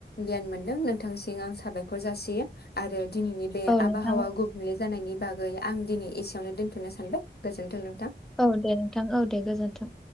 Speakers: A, on the left; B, in the centre.
A: गियान मोन दों नोंथांसिं आं साबाय खर जासियो आरो दिनैनि बे
B: औ नोंथां
A: आबहावा गु जानायनि बागै आं दिनि एसेयावनो दोनथ'नो सानबाय गोजोन्थों नों
B: औ दे नोंथां औ दे गोजोन्थों।